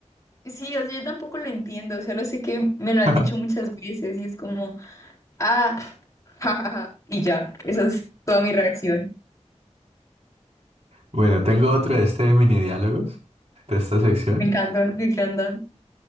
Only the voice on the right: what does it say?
<laughs>
Bueno, tengo otro de este de mini diálogos, de esta sección,